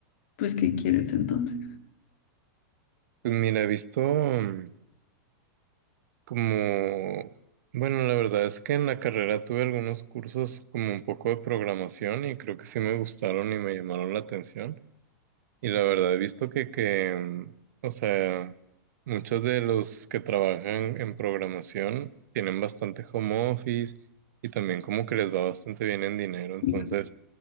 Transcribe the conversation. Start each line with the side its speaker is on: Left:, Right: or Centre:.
Left: pues ¿qué quieres entonces?
Right: Pues mira, he visto mm, como, bueno, la verdad es que en la carrera tuve algunos cursos como un poco de programación y creo que sí me gustaron y me llamaron la atención. Y la verdad he visto que, que, mm, o sea, muchos de los que trabajan en programación tienen bastante home office y también como que les va bastante bien en dinero. Entonces...
Left: Y